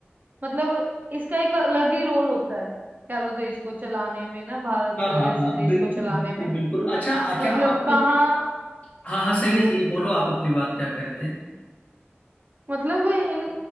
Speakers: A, on the right; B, on the left.
A: मतलब इसका एक अलग ही रोल होता है कह लो देश को चलाने में ना भारत
B: हाँ हाँ
A: जैसे
B: हाँ
A: देश
B: बिल्कुल
A: को चलाने
B: बिल्कुल
A: में
B: बिल्कुल अच्छा क्या
A: मतलब
B: आपको
A: कहाँ
B: हाँ हाँ सही
A: हाँ
B: है सही है बोलो आप अपनी बात क्या कर रहे थे
A: मतलब इन